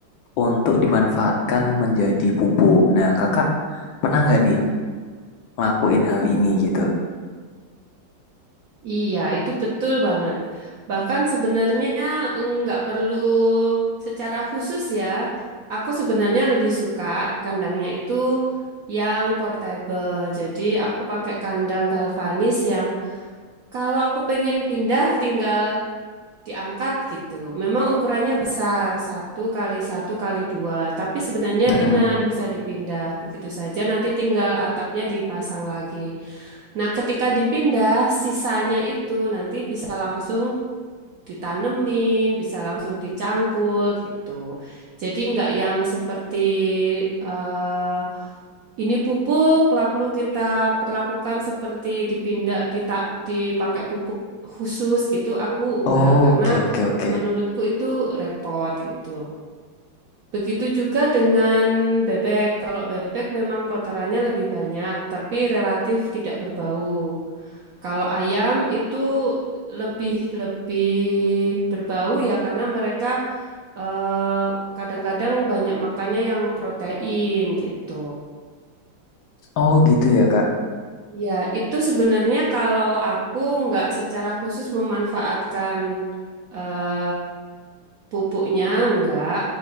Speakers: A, on the left; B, on the right.
A: untuk dimanfaatkan menjadi pupuk. Nah, kakak pernah nggak nih ngelakuin hal ini gitu?
B: Iya, itu betul banget. Bahkan sebenarnya eh, nggak perlu secara khusus ya. Aku sebenarnya lebih suka kandangnya itu yang portable. Jadi aku pakai kandang galvanis yang kalau aku pengen pindah tinggal diangkat gitu. Memang ukurannya besar, satu kali satu kali dua, tapi sebenarnya
A: Mm-mm.
B: ringan, bisa dipindah begitu saja. Nanti tinggal atapnya dipasang lagi. Nah, ketika dipindah, sisanya itu nanti bisa langsung ditanemin, bisa langsung dicangkul gitu. Jadi nggak yang seperti eh, ini pupuk, lalu kita perlakukan seperti dipindah, dita, dipakai pupuk khusus gitu. Aku enggak,
A: Oh,
B: karena
A: oke oke oke.
B: menurutku itu repot gitu. Begitu juga dengan bebek. Kalau bebek memang kotorannya lebih banyak, tapi relatif tidak berbau. Kalau ayam itu lebih lebih berbau ya, karena mereka eh, kadang-kadang banyak makannya yang protein gitu.
A: Oh gitu ya kak.
B: Ya, itu sebenarnya kalau aku nggak secara khusus memanfaatkan eh, pupuknya, nggak.